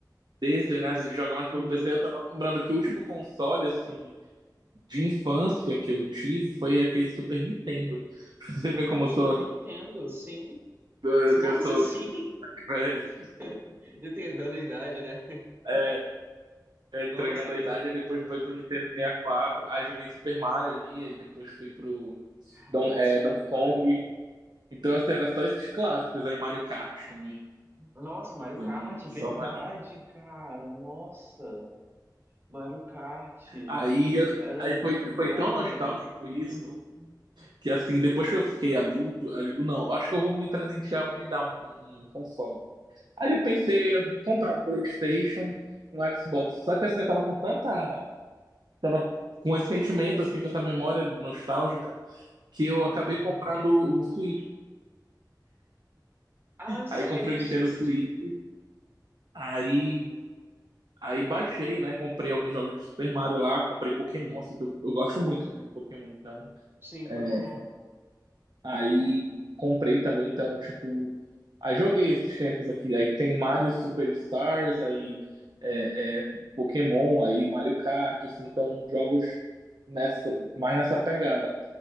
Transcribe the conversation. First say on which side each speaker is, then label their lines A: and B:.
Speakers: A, on the right (about 70°); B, on the right (about 30°).
A: desse, né? Você joga mais pelo
B: Uhum.
A: PC. Eu tava lembrando que o último console, assim, de infância que eu tive foi aquele Super Nintendo. <laughs> Você vê como
B: Ah, o
A: eu
B: Super
A: sou,
B: Nintendo, sim.
A: <laughs>
B: Nossa,
A: que eu sou
B: sim! <laughs>
A: velho.
B: Entregando a idade, né?
A: É, é, entregando
B: Nossa, mas
A: a idade,
B: é verdade.
A: aí depois foi pro Nintendo 64, aí joguei Super Mario ali, aí depois fui pro
B: Caraca,
A: Don, é,
B: Super
A: Donkey
B: Mario.
A: Kong. Então, assim, era só esses clássicos. Aí Mario Kart também.
B: Nossa, Mario
A: Então,
B: Kart,
A: era só
B: verdade,
A: uma...
B: cara. Nossa, Mario Kart.
A: Aí,
B: Era
A: aí
B: muito
A: foi,
B: bom.
A: foi tão nostálgico isso que, assim, depois que eu fiquei adulto, eu digo, não, eu acho que eu vou me presentear, vou me dar um, um, um console. Aí eu pensei em comprar um PlayStation, um Xbox. Só que, assim, eu tava com tanta... Tava com esse sentimento, assim, com essa memória nostálgica, que eu
B: Uhum.
A: acabei comprando o Switch.
B: Ah, sei,
A: Aí comprei o
B: Switch.
A: Nintendo Switch. Aí Aí baixei, né? Comprei alguns jogos do Super Mario lá, comprei Pokémon, assim, que eu, eu gosto muito de Pokémon, então.
B: Sim,
A: é,
B: Pokémon.
A: aí comprei também, então, tipo. Aí joguei esses tempos aqui. Aí tem Mario Superstars, aí é, é, Pokémon, aí Mario Kart, assim, então jogos nessa, mais nessa pegada.